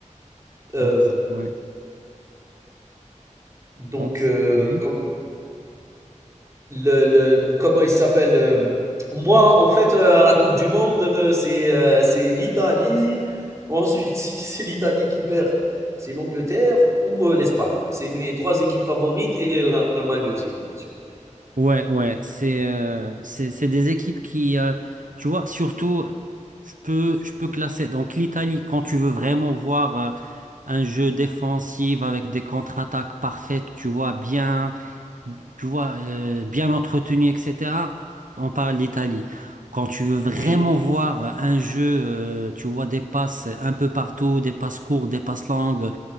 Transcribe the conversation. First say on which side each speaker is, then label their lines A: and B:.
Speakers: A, on the right (about 25°); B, on the right (about 85°).
A: Euh,
B: Donc, ouais.
A: Donc,
B: Donc,
A: heu,
B: ouais.
A: com le le comment il s'appelle? Hem, moi, en fait, heu, à la coupe du monde, heu, c'est, heu, c'est l'Italie, ensuite, <laughs> c'est l'Italie qui perd, c'est l'Angleterre ou, heu, l'Espagne. C'est mes 3 équipes favorites et l'Allemagne aussi, bien sûr.
B: Ouais, ouais, c'est euh, c'est c'est des équipes qui, euh, tu vois, surtout, je peux je peux classer donc l'Italie quand tu veux vraiment voir euh, un jeu défensif avec des contre-attaques parfaites, tu vois bien, tu vois euh, bien entretenu, etc. On parle d'Italie. Quand tu veux vraiment
A: Oui,
B: voir un jeu, euh, tu vois des passes un peu partout, des passes courtes, des passes longues,